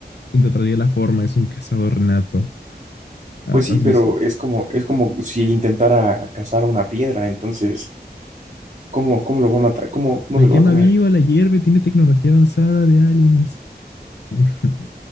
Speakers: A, on the left; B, on the right.
A: Encontraría la forma, es un cazador nato. ¿Has
B: Pues sí, pero
A: visto?
B: es como, es como si intentara cazar una piedra, entonces, ¿cómo, cómo lo va a matar? ¿Cómo, cómo
A: La
B: se
A: quema
B: lo va a comer?
A: viva, la hierve, tiene tecnología avanzada de aliens. <laughs>